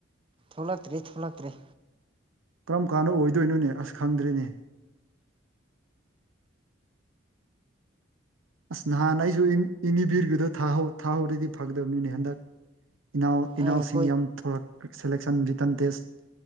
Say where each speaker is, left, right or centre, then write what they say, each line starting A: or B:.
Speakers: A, on the right; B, on the right.
A: ꯊꯣꯛꯂꯛꯇ꯭ꯔꯤ ꯊꯣꯛꯂꯛꯇ꯭ꯔꯤ
B: ꯀꯔꯝ ꯀꯥꯟꯗ ꯑꯣꯏꯗꯣꯏꯅꯣꯅꯦ ꯑꯁ ꯈꯪꯗ꯭ꯔꯦꯅꯦ ꯑꯁ ꯅꯍꯥꯟ ꯑꯩꯁꯨ ꯏꯅꯤ ꯏꯅꯤꯕꯤꯔꯒꯤꯗꯣ ꯊꯥꯍꯧ ꯊꯥꯍꯧꯔꯗꯤ ꯐꯒꯗꯕꯅꯤꯅꯦ ꯍꯟꯗꯛ ꯏꯅꯥꯎ ꯏꯅꯥꯎꯁꯤꯡ
A: ꯑꯩꯈꯣꯏ
B: ꯌꯥꯝ ꯊꯣꯔꯛ ꯈꯦ ꯁꯦꯂꯦꯛꯁꯟ ꯔꯤꯇꯟ ꯇꯦꯁ